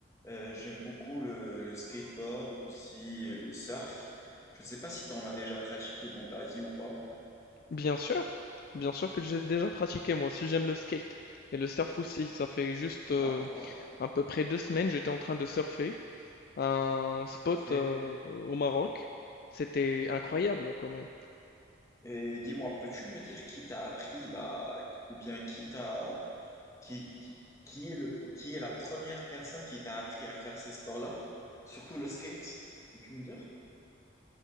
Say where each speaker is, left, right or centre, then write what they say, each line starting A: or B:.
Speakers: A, on the left (about 15°); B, on the left (about 50°).
A: Euh, j'aime beaucoup le, le skateboard aussi, euh, le surf. Je ne sais pas si tu en as déjà pratiqué dans ta vie ou pas.
B: Bien sûr, bien sûr que j'ai déjà pratiqué. Moi aussi, j'aime le skate et le surf aussi. Ça fait juste euh,
A: D'accord,
B: à peu près deux semaines, j'étais en train de surfer à un spot
A: ok.
B: euh, au Maroc. C'était incroyable quand même.
A: Et dis-moi, peux-tu me dire qui t'a appris, bah, ou bien qui t'a qui, qui, qui est le, qui est la première personne qui t'a appris à faire ces sports-là? Surtout le skate, peux-tu me dire?